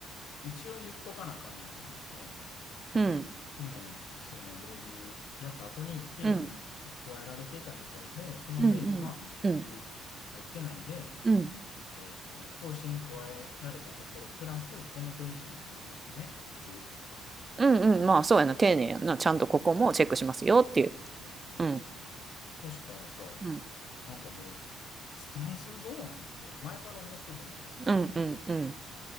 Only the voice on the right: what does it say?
うん。
うん。
うんうん。うん。うん。
うんうんうん。まあ、そうやな。丁寧やな。ちゃんとここもチェックしますよっていう。
うん。
うん。
うんうんうん。